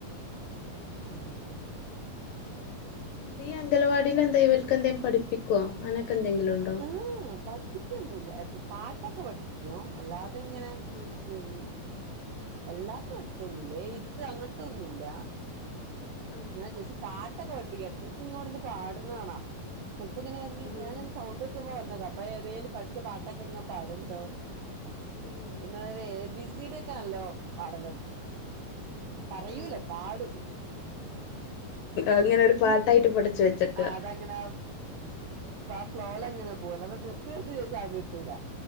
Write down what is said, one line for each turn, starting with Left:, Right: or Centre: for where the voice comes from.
Right: ഉം
Left: ടീ അംഗലവാടിലെന്തെ ഇവൽക്കെന്തെ പഠിപ്പിക്കൊ അങ്ങനൊക്കെന്തെങ്കിലുണ്ടോ?
Right: ആഹ് പടിപ്പിക്കൊന്നുല്ല പാട്ടൊക്കെ പഠിപ്പിക്കും അല്ലാതെങ്ങനെ
Left: <unintelligible>
Right: <unintelligible> അല്ലാത്തെ പട്ത്തൊന്നുല്ല എയ്ത്ത് അങ്ങൻത്തൊന്നുല്ല
Left: ഉം
Right: ഞാൻ ജെസി പാട്ടൊക്കെ പഠിപ്പിക്ക എട്ക്കട്ക്ക് ഇവട്ന്ന് പാട്ണാണാ ചെൽപ്പങ്ങനെ വന്ന്
Left: ഉം
Right: ഞാന് സൗണ്ടെക്കുമ്പോ വന്നതാ അപ്പെതെലും പഠിചേ പാട്ടൊക്കെങ്ങനെ പാട്ണ്ടാവും
Left: ഉം
Right: പിന്നവര് എ ബി സി ഡിയൊക്കെ നല്ലോം പാടലൊട്ങ്ങി പറയൂല
Left: ഉം
Right: പാടും ഉം ഉം
Left: അങ്ങനെ ഒരു പാട്ടായിട്ട് പഠിച്ചു വെച്ചക്കാ
Right: ആഹ് അതങ്ങനെ ആഹ് ഫ്ലോലങ്ങനെ പോവും അല്ലാതെ നിർത്തി നിർത്തി ചോയ്ച്ചാ കിട്ടൂല